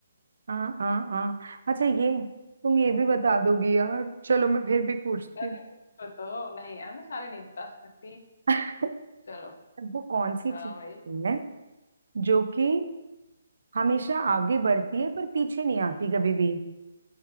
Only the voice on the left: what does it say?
अरे
पूछो तो नहीं यार मैं सारे नहीं बता सकती
चलो
हाँ
भाई